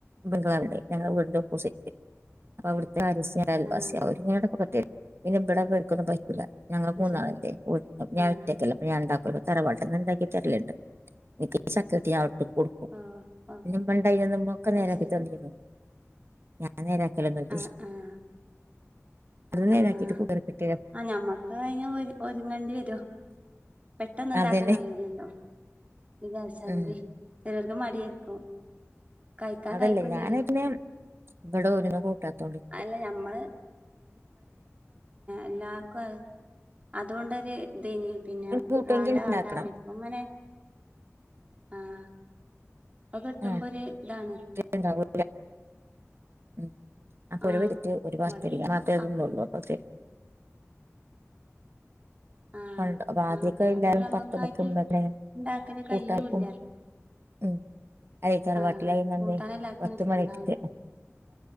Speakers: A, on the right; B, on the right.
A: ബംഗാൾടെ ഞങ്ങടെ <unintelligible> ഓപ്പോസിറ്റ അവി <unintelligible>
B: ആഹ്
A: അവര് ങ്ങളടെ കു പിന്നെ ഇവിടെവർക്കൊന്നും പറ്റൂ ല്ല. ഞങ്ങള്
B: അത്
A: മൂന്നാള്.
B: ശരി
A: ഞാൻട്ടക്കല്ല
B: ആഹ്
A: ഞാ ഉണ്ടാക്ക തറവാട്ട് ക്ക്ണ്ടാക്കിതര്ലിണ്ട് <unintelligible> ചക്കട്ട കൊടുക്കും
B: ഓഹ് ഓഹ്
A: പിന്നെ മണ്ടന്നുമ ഒക്കെ നേരക്കി
B: അത് ശരി
A: തന്ന ഞാ അനേരാക്കലൊന്നോല്ല
B: ആഹ് ആഹ്
A: അത് നേരം
B: ആഹ്
A: ആക്കിട്ട് കൂ കുറപ്പെട്ട
B: ആഹ് ഞമ്മക്ക് അതിന് അതുമെണ്ടി വരോ പെട്ടെന്ന് ഉണ്ടാക്കാൻ
A: അതന്നെ
B: കഴിയില്ലല്ലോ വിച്ചാരിച്ചമാതിരി
A: ഉം
B: <unintelligible> മടിയായിരിക്കും. കഴിക്കാൻ
A: അതല്ലേ
B: കഴിക്കും
A: ഞാന്
B: ചെയ്യും
A: ഇങ്ങനെ ഇവിടെ ഒന്നും കൂട്ടാത്തോണ്ടി
B: അല്ല ഞമ്മള് എല്ലാവർക്കും അതുകൊണ്ടൊരും. തനി പിന്നെ
A: കൂട്ടുമെങ്കിൽ
B: വേണ്ട
A: ഉണ്ടാക്കണം
B: വേണ്ട ഇപ്പ അങ്ങനെ ആഹ് ഇപ്പൊ കിട്ടുമ്പോ
A: ആഹ്
B: ഒരു ഇതാണ്
A: ഇണ്ടാവൂ ഉം അഹ് പുഴവതിട്ട്
B: ആഹ്
A: ഒരുപാട്
B: ഇവടെണ്ട്
A: തരില്ല മാത്രേതന്നേ
B: അപ്
A: ഉള്ളൂ അപ്പൊ തരു.
B: ആഹ്
A: പപ്പ ആദ്യമൊക്കെ
B: ആഹ് പിന്നെ
A: എല്ലാവരും
B: അതുകൊണ്ട് നമ്മക്കായിട്ട്
A: പത്ത് മിക്ക്പ
B: ഇണ്ടാക്കല് കയ്യൂല്ല
A: കൂട്ടാർക്കും. ഉം അത തർവാട്ടല
B: ആഹ്
A: അയിുന്നി
B: കൂട്ടാന് എല്ലാർക്കൊന്നും
A: വത്ത്
B: ഇഷ്ടണ്ടാവൂല
A: മനക്ക്